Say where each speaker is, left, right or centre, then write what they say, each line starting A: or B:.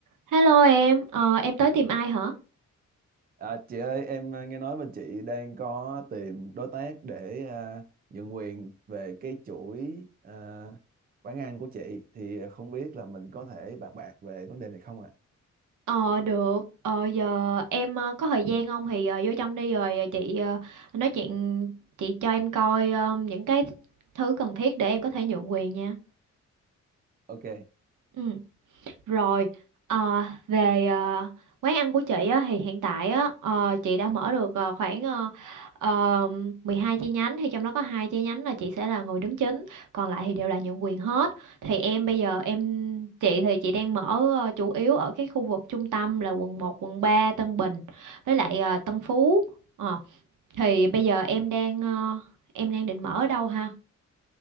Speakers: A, on the right; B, on the right.
A: Hello em, ờ, em tới tìm ai hả?
B: À, chị ơi em à, nghe nói bên chị đang có tìm đối tác để à, nhượng quyền về cái chuỗi à, quán ăn của chị thì à, không biết là mình có thể bàn bạc về vấn đề này không ạ?
A: Ờ được, ờ, giờ em ờ, có thời gian không thì ờ, vô trong đi rồi chị ờ, nói chuyện, chị cho em coi ờ, những cái thứ cần thiết để em có thể nhượng quyền nha.
B: Ok,
A: Ừ. Rồi, ờ, về ờ, quán ăn của chị á, thì hiện tại á, ờ, chị đã mở được ờ, khoảng ờ, ờ, 12 chi nhánh thì trong đó có hai chi nhánh là chị sẽ là người đứng chính, còn lại thì đều là nhượng quyền hết. Thì em bây giờ em chị thì chị đang mở ờ, chủ yếu ở cái khu vực trung tâm là quận một quận 3 Tân Bình với lại ờ, Tân Phú. Ờ, thì bây giờ em đang ờ, em đang định mở ở đâu ha?